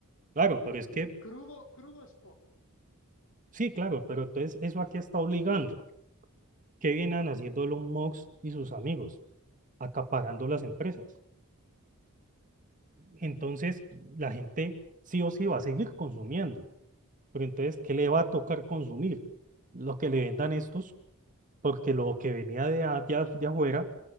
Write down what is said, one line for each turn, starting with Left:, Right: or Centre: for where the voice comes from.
Right: Claro, pero es
Left: eh,
Right: que,
Left: crudo, crudo es poco,
Right: sí, claro, pero entonces eso a qué está obligando. ¿Qué vienen haciendo Elon Musk y sus amigos? Acaparando las empresas. entonces la gente sí o sí va a seguir consumiendo. Pero entonces, ¿qué le va a tocar consumir? Lo que le vendan estos, porque lo que venía de, a- de, a- de afuera